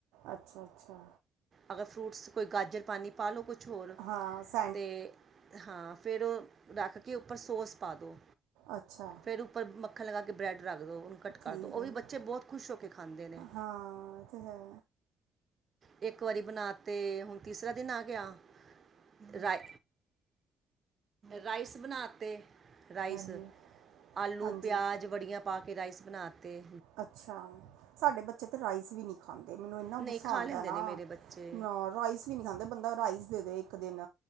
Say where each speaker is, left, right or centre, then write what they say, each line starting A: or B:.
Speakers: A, on the right (about 80°); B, on the right (about 45°).
A: ਅੱਛਾ ਅੱਛਾ
B: ਅਗਰ ਫਰੂਟਸ ਕੋਈ ਗਾਜਰ ਪਾਨੀ ਪਾ ਲਓ ਕੁਛ ਹੋਰ
A: ਹਾਂ, ਸ
B: ਤੇ ਹਾਂ ਫੇਰ ਓ ਰੱਖ ਕੇ ਉੱਪਰ ਸੌਸ ਪਾ ਦੋ
A: ਅੱਛਾ
B: ਫਿਰ ਉਪਰ ਮੱਖਣ ਲਗਾ ਕੇ, ਬਰੈਡ ਰੱਖ ਦੋ ਓਨੂੰ ਕਰਦੋ
A: ਠੀਕ
B: ਓ
A: ਹੈ
B: ਵੀ ਬੱਚੇ ਬੋਤ ਖੁਸ਼ ਹੋ ਕੇ ਖਾਂਦੇ ਨੇ।
A: ਹਾਂ ਇਹ ਤੇ ਹੈ
B: ਇੱਕ ਵਾਰੀ ਬਣਾ ਤੇ ਹੁਨ ਤੀਸਰਾ ਦਿਨ ਆ ਗਿਆ ਰਾਏ ਰਾਈਸ ਬਣਾ ਤੇ ਰਾਈਸ
A: ਹਾਂਜੀ
B: ਆਲੂ,
A: ਹਾਂਜੀ
B: ਪਿਆਜ, ਬੜੀਆਂ ਪਾ ਕੇ ਰਾਈਸ ਬਣਾਤੇ।
A: ਅੱਛਾ, ਸਾਡੇ ਬੱਚੇ ਤਾਂ ਰਾਈਸ ਵੀ ਨੀ ਖਾਂਦੇ ਨੀ ਮੈਨੂੰ ਇੰਨਾ
B: ਨਹੀਂ
A: ਗੁੱਸਾ
B: ਖਾ
A: ਆਂਦਾ
B: ਲੈਂਦੇ
A: ਨਾ,
B: ਨੇ ਮੇਰੇ ਬੱਚੇ
A: ਰਾਈਸ ਨਹੀਂ ਖਾਂਦੇ, ਬੰਦਾ ਰਾਈਸ ਦੇ ਦੇ ਇੱਕ ਦਿਨ,